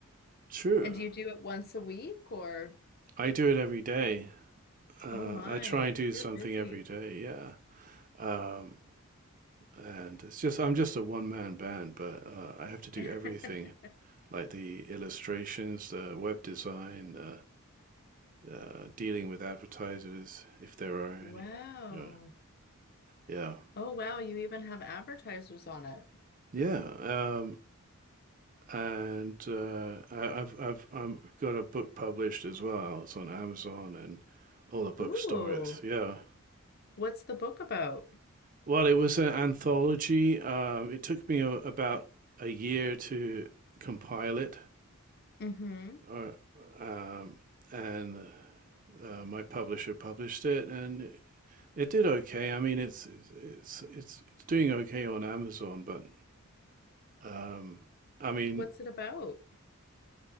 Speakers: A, on the right; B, on the left.
A: True.
B: And do you do it once a week or?
A: I do it every day. Uh,
B: Oh my,
A: I try and do
B: you're
A: something
B: busy.
A: every day. Yeah. Um, and it's just I'm just a one man band, but uh, I have to do
B: <laughs>
A: everything like the illustrations, the web design, uh, uh, dealing with advertisers if there are any.
B: Wow.
A: Yeah, yeah,
B: Oh wow, you even have advertisers on it.
A: yeah. Um, and uh, I, I've I've I'm got a book published as well. It's on Amazon and all the bookstores.
B: Ooh,
A: Yeah.
B: what's the book about?
A: Well, it was an anthology. Um, it took me a, about a year to compile it,
B: Mm-hmm.
A: or, um, and uh, my publisher published it, and It did okay. I mean, it's it's it's it's, doing okay on Amazon, but um, I mean,
B: What's it about?